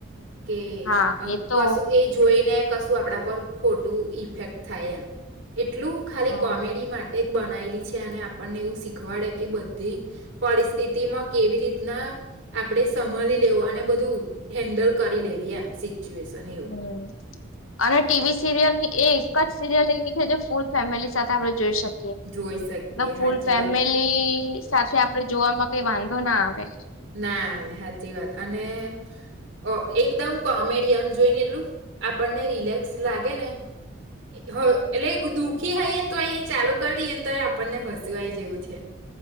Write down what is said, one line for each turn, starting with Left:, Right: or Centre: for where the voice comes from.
Right: કે
Left: હા
Right: અ
Left: એ તો
Right: કશું એ જોઈ ને કશું આપણા પર ખોટું ઇફેક્ટ થાય એમ એટલું ખાલી
Left: હા
Right: કોમેડી માટે બનાયેલી છે અને આપણને એવું શીખવાડે કે બધી પરિસ્થિતિમાં કેવી રીતના આપણે સમાળી લેવું અને બધું હેન્ડલ કરી લેવી એમ સિચ્યુએશન એવું
Left: હમ અને ટીવી સીરિયલની એ એક જ સીરિયલ એવી છે ફૂલ ફેમિલી સાથે આપડ જોઈ શક કીએ
Right: જોઈ શકીએ
Left: ફૂલ
Right: હાચી
Left: ફેમિલી
Right: વાત છે.
Left: સાથે આપડે જોવામાં કઈ વાંધો ના આવે
Right: ના હવે હાચી વાત અને ઓ એકદમ કોમેડિયન જોઈને એટલું આપણને રિલેક્સ લાગેને <inaudible> એ હ એટલે દુઃખી હોઈને તો એ ચાલુ કરી દઈએને તો એ આપણને હસવું આય જેવું છે